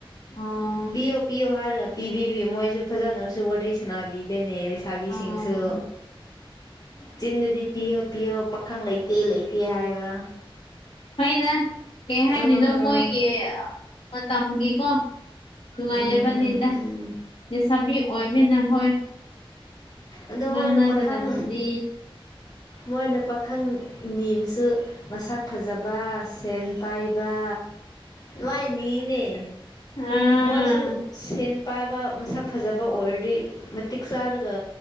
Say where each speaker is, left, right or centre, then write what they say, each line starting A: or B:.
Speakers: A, on the left (about 70°); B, on the left (about 40°).
A: ꯑꯥ
B: ꯄꯤꯌꯣ ꯄꯤꯌꯣ ꯍꯥꯏꯔꯒ ꯄꯤꯕꯤꯕꯤ ꯃꯣꯏꯁꯨ ꯐꯖꯅꯁꯨ ꯋꯥꯔꯤ ꯁꯅꯥꯕꯤꯗꯦꯅꯦ꯫ ꯥꯁꯕꯤꯁꯤꯡꯁꯨ
A: ꯑꯥ
B: ꯆꯤꯟꯗꯗꯤ ꯄꯤꯌꯣ ꯄꯤꯌꯣ ꯄꯥꯈꯪ ꯂꯩꯇꯦ ꯂꯩꯇꯦ ꯍꯥꯏꯕ
A: ꯍꯣꯏꯅ ꯀꯩ ꯍꯥꯏꯗꯣꯏꯅꯣ
B: ꯎꯝ
A: ꯃꯣꯏꯒꯤ ꯃꯇꯝꯒꯤꯀꯣ ꯅꯨꯡꯉꯥꯏꯅꯕꯅꯤꯗ
B: ꯎꯝ ꯎꯝ ꯎꯝ
A: ꯅꯤꯁꯥꯕꯤ ꯑꯣꯏꯕꯅ ꯃꯣꯏ
B: ꯑꯗꯨ
A: ꯉꯥꯡꯅꯒꯗꯕꯅꯤ
B: ꯃꯣꯏꯅ ꯄꯥꯈꯪ ꯃꯣꯏꯅ ꯄꯥꯈꯪ ꯅꯤꯕꯁꯨ ꯃꯁꯛ ꯐꯖꯕ ꯁꯦꯟ ꯄꯥꯏꯕ ꯂꯋꯥꯏꯅꯤ
A: ꯑꯥ
B: ꯃꯣꯏꯁꯨ ꯁꯦꯟ ꯄꯥꯏꯕ ꯃꯁꯛ ꯐꯖꯕ ꯑꯣꯏꯔꯗꯤ ꯃꯇꯤꯛ ꯆꯥꯔꯒ